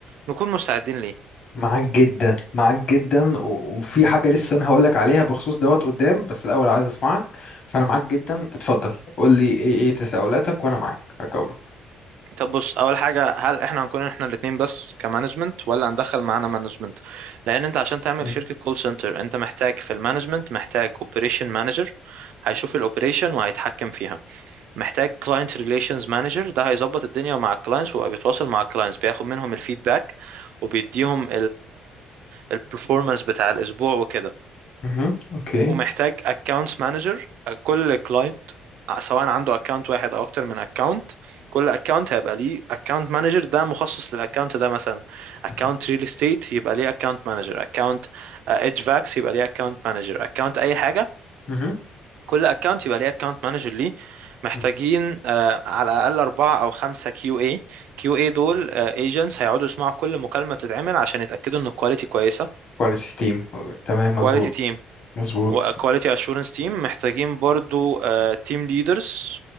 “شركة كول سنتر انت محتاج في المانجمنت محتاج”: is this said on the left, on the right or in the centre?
Right